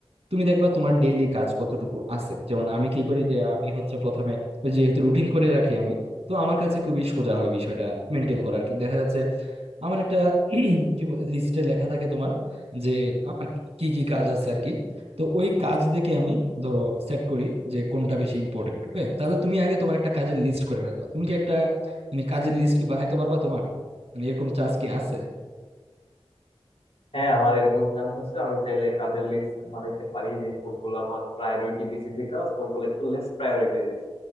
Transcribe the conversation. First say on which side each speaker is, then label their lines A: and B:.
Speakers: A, on the right (about 80°); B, on the left (about 75°).
A: তুমি দেখবা তোমার ডেইলি কাজ কতটুকু আছে যেমন আমি কি করি যে আমি হচ্ছে প্রথমে ওই যেহেতু রুটিন করে রাখি আমি তো আমার কাছে খুবই সোজা হয় বিষয়টা মেনটেন করা আর কি দেখা যাচ্ছে আমার একটা <clears throat> কি বলে লিস্টে লেখা থাকে তোমার যে আমার কি কি কাজ আছে আর কি তো ওই কাজ দেখে আমি ধরো সেট করি যে কোনটা বেশি ইম্পর্টেন্ট ওকে তাহলে তুমি আগে তোমার একটা কাজের লিস্ট করে ফেলবা তুমি কি একটা মানে কাজের লিস্ট কি বানাইতে পারবা তোমার মানে এরকম চান্স কি আছে
B: হ্যাঁ আমার এরকম চান্স আছে আমি চাইলে কাজের লিস্ট বানাইতে পারি যে কোনগুলো আমার প্রায়োরিটি বেসিসে কাজ কোনগুলো একটু লেস প্রায়োরিটাইজড